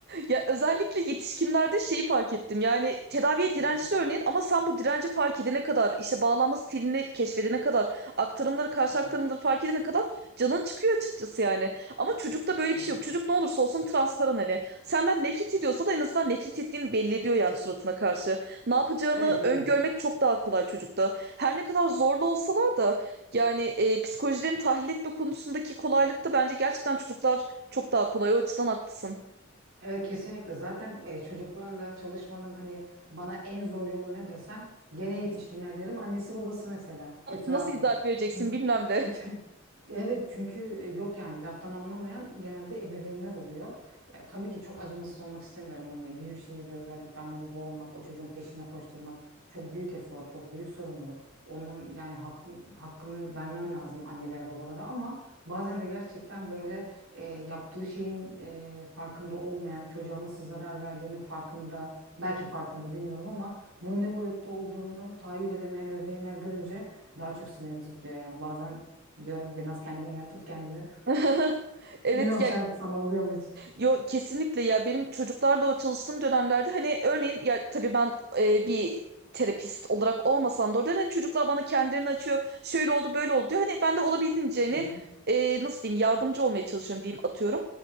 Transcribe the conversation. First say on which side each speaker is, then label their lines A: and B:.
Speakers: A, on the right; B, on the right.
A: ya özellikle yetişkinlerde şeyi fark ettim. Yani tedaviye dirençli
B: Evet,
A: örneğin ama sen bu direnci fark edene kadar işte bağlanma stilini keşfedene kadar aktarımları karşı
B: evet,
A: aktarımları fark edene kadar canın çıkıyor açıkçası yani. Ama çocukta böyle
B: evet.
A: bir şey yok. Çocuk ne olursa olsun transparan hani. Senden nefret ediyorsa da en azından nefret ettiğini belli ediyor yani suratına karşı. Ne yapacağını
B: Evet biliyorum.
A: öngörmek çok daha kolay çocukta. Her ne kadar zorlu olsalar da yani e, psikolojilerini tahlil etme konusundaki kolaylıkta bence gerçekten çocuklar çok daha kolay. O açıdan haklısın.
B: Evet kesinlikle zaten e, çocuklarla çalışmanın hani bana en zor yolu ne desen gene yetişkinler derim annesi babası mesela etrafı.
A: Nasıl izahat vereceksin
B: Hı.
A: bilmem ne.
B: Çünkü- <laughs> Evet çünkü e, yok yani laftan anlamayan genelde ebeveynler oluyor. Ya, tabii ki çok acımasız olmak istemiyorum. Hani büyük şehirde özellikle anne baba olmak, o çocuğun peşine koşturmak çok büyük efor, çok büyük sorumluluk. Onun yani hakkı, hakkını vermem lazım annelere, babalara ama bazen de gerçekten böyle e, yaptığı şeyin e, farkında olmayan, çocuğa nasıl zarar verdiğinin farkında, belki farkında bilmiyorum ama bunun ne boyutta olduğunu tahayyül edemeyen ebeveynler görünce daha çok sinirim zıplıyor yani. Bazen diyorum biraz kendine gel, tut kendini.
A: <laughs>
B: <laughs>
A: Evet
B: Bilmiyorum
A: ya
B: sen sana oluyor mu hiç?
A: Yo kesinlikle ya benim çocuklarla o çalıştığım dönemlerde hani örneğin ya tabii ben e, bir terapist olarak olmasam da orada hani çocuklar bana kendilerini açıyor. Şöyle oldu böyle oldu diyor. Hani ben de olabildiğince hani
B: Hı hı.
A: e, nasıl diyeyim yardımcı olmaya çalışıyorum diyeyim atıyorum.